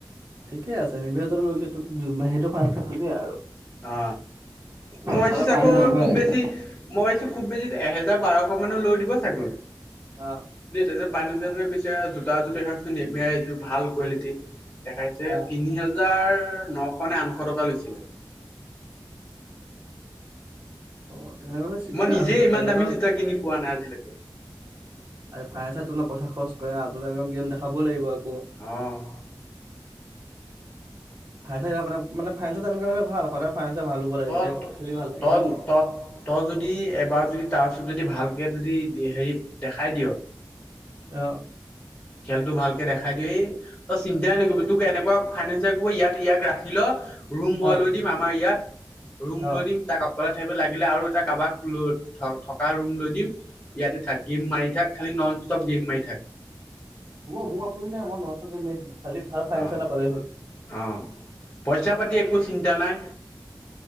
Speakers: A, on the right; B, on the left.
A: ঠিকে আছে নিমবিহতৰ লৈ <inaudible> সেইটো ভাল, তুমিয়ে আৰু।
B: অ, মই আছ,
A: সদায়
B: চাগ
A: ফাইনেন্সাৰ তেনেকুৱাই
B: খুব
A: লাগে
B: বেছি মই ভাবিছো খুব বেছি, এহেজাৰ বাৰশ মানৰ লৈ দিব চাগৈ।
A: অ,
B: দেই ত, যে পান গৈছে, জোতাযোৰ দেখকচো <inaudible> ভাল কোৱালিটিৰ। দেখাইছে,
A: আহ
B: তিনি হাজাৰ নশ নে, আঠশ টকা লৈছিলে।
A: অ, তেনেহ'লে ঠিকে
B: মই নিজে
A: আছে, যে
B: ইমান
A: তেনেকুৱা
B: দামী জোতা কিনি, পোৱা নাই আজিলৈকে।
A: আৰু ফাইনেন্ঞ্চত তোমাৰ পইচা খৰচ কৰে না, ত তেনেকুৱা গেম দেখাবই লাগিব আকৌ।
B: অ'
A: <inaudible> এনেকুৱা হ'লে ভাল সদাই ফাইনেঞ্চত ভাল হ'ব।
B: তই
A: এতিয়া, খেলি ভাল লাগে
B: তই
A: হয় নে নাই?
B: ত, তই যদি এবাৰ যদি তাৰপিছত যদি ভালকৈ যদি হেৰি দেখাই দিয়।
A: অ,
B: খেলতটো ভালকে দেখাই দিয়েই, তই চিন্তাই নকৰিবি তোক এনেকুৱা ফিনান্সাৰ কৰিব ইয়াত ইয়াক ৰাখ লত, ৰুম মই
A: অ',
B: লৈ দিম আমাৰ ইয়াত, ৰুম
A: অ',
B: লৈ দিম তাক অকলে থাকিব লাগিলে আৰু এটা কাৰোবাক লৈ থ- থকা ৰুম লৈ দিম ইয়াতে থাক গেম মাৰি থাক। খালি নন, ষ্টপ গেম মাই থাক।
A: হ'ব মোৰ একো আপত্তি নাই, মই নন ষ্টপ গেম মাৰি থাকিম খালি ফাইন
B: অ
A: চ, নাপালে হ'ল।
B: অ, পইচা-পাতি একো চিন্তা নাই।